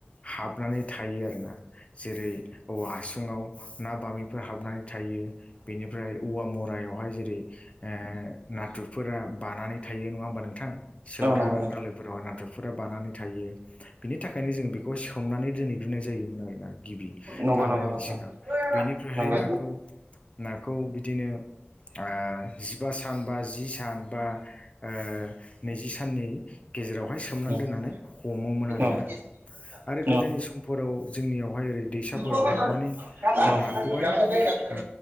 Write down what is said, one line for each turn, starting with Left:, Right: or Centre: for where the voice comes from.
Left: हाबनानै थायो आरोना जेरै औवा हासुङाव ना बामिफोर हाबनानै थायो बेनिफ्राय औवा मु रायावहाय जेरै ओ नाथुरफोरा बानानै थायो नङा होमबा नोंथां सेवरा
Right: नंगौ नोंथां
Left: दाालायफोरावहाय नाथुरफोरा बानानै थायो बिनि थाखायनो जों बे खौ सोमनानै दोनहैब्रोनाय जायोमोन आरो ना गिबि
Right: नंगौ
Left: ना हमैनायनि
Right: नंगौ नोंथां
Left: सिगां बेनिफ्रायहाय
Right: नंगौ
Left: नाखौ नाखौ बिदिनो आ जिबा सान बा जि सान बा आ नैजि साननि गेजेरावहाय सोमनानै
Right: नोंथां
Left: दोननानै हमोमोन आरोना
Right: अ <inaudible>
Left: आरो गोदोनि समफोराव जोंनियावहाय ओरै दैसाफोरावहाय
Right: नंगौ नोंथां
Left: माने नाखौहाय
Right: नंगौ नोंथां अ
Left: ओ